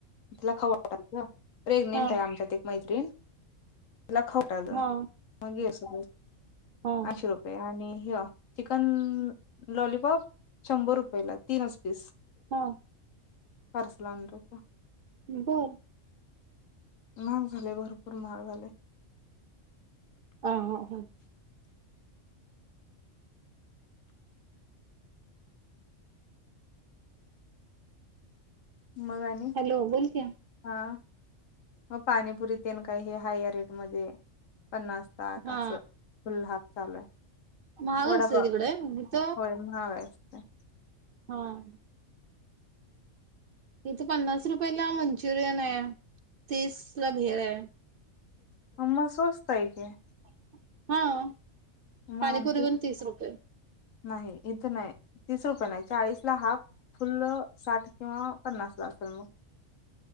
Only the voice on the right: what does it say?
हा
हा
हा
हा
बर.
हां हां हां.
हॅलो बोल की
हा
महाग
असतय तिकड, इथ
हां. इथ पन्नास रुपयला मंचुरियन आहे. तीस ला भेळ आहे.
हो.
पाणीपुरी
पण तीस रुपये.